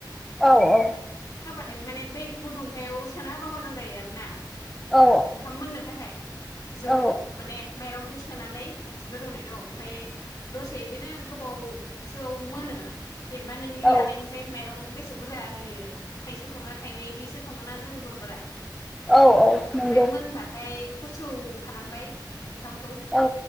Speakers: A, in the centre; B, on the left.
A: औ औ
B: बा माने दै गुदुंखायाव सोना होबा मोजां जायो आरो ना।
A: औ
B: ओंखाम मोननो थाखाय। जौखौ
A: औ
B: माने माइरं खौ सोनानै गोदौनाय द' ओमफाय दसे इदिनो गोबाव सोआव मोनो। जेनबा नोंनि
A: औ
B: लानायनिफाय
A: औ
B: मायरं बे सेबुरजा होयो थाइसे सङो थाइनै बिदिसो सङोना जोंनो बरफोरा।
A: औ औ नंगौ
B: ओमफ्राय मोनबाथाय गुसु औ खालामबाय ओंखामखौ
A: औ